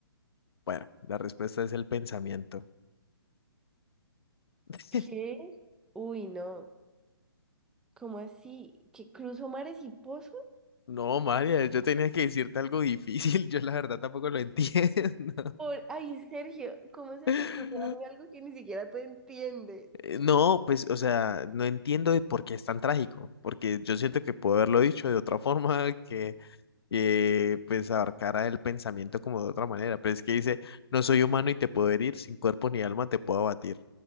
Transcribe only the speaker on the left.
Bueno, la respuesta es el pensamiento. <laughs>
No, María, yo tenía que decirte algo difícil. <laughs> Yo la verdad tampoco lo entiendo.
<laughs>
Eh, No, pues, o sea, no entiendo de por qué es tan trágico, porque yo siento que puedo haberlo dicho de otra <laughs> forma, que eh, pues abarcara el pensamiento como de otra manera, pero es que dice, no soy humano y te puedo herir, sin cuerpo ni alma te puedo abatir.